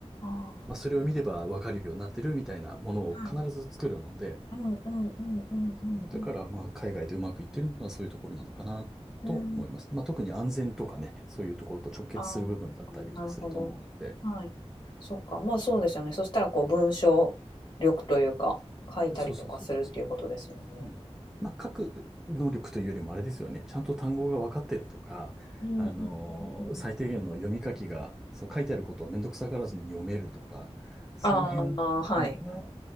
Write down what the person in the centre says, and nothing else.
まあ、それを見ればわかるようになってるみたいなものを必ず作るので、
まあ、だからまあ海外でうまくいってるのはそういうところなのかなと思います。
まあ、特に安全とかね、そういうところと直結する部分だったりすると思うので、
そうそうそうそううん。まあ、書く能力というよりもあれですよね。ちゃんと単語が分かってるとか、
あのー最低限の読み書きが、そう書いてあることをめんどくさがらずに読めるとか、その辺うんが、